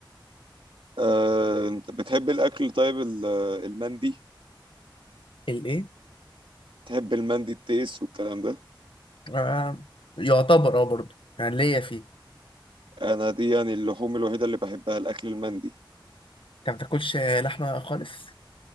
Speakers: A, on the right; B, on the left.
A: آه، أنت بتحب الأكل طيب ال- المندي
B: الإيه؟
A: تحب المندي التيس والكلام ده
B: آه يعتبر أه برضه يعني ليا فيه
A: انا دي يعني اللحوم الوحيده اللي بحبها الاكل المندي
B: انت ما بتاكلش لحمه خالص